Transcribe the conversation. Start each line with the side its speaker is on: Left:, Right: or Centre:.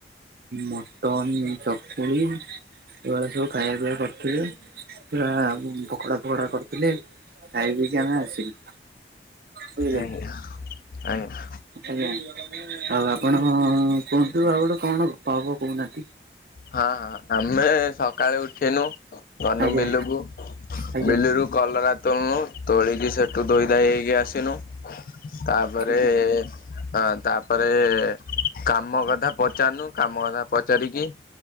Right: ମଟନ୍ ଚକୁଳି ଏଇ ଭଳିଆ ସବୁ ଖାଇବା ପିଇବା କରିଥିଲେ। ପୁରା ପକଡା ଫକଡା କରିଥିଲେ ଖାଇ ପିକି ଆମେ ଆସିଲୁ। ବୁଝିଲେ?
Left: ଆଜ୍ଞା ଆଜ୍ଞା
Right: ଆଜ୍ଞା। ଆଉ ଆପଣ କ କୁହନ୍ତୁ ଆଉ ଗୋଟେ କଣ ପାବ କହୁନାହାନ୍ତି
Left: ହଁ ହଁ ଆମେ ସକାଳେ ଉଠିନୁ ଘନୁ
Right: ଆଜ୍ଞା
Left: ବିଲୁକୁ
Right: ଆଜ୍ଞା
Left: ବିଲୁରୁ କଲରା ତୋଳୁନୁ ତୋଳିକି ସେଠୁ ଧୁୋଇ ଧାଇ ହେଇକି ଆସିନୁ ତାପରେ
Right: ଆଜ୍ଞା
Left: ହଁ ତାପରେ କାମ କଥା ପଚାରୁନୁ କାମ କଥା ପଚାରିକି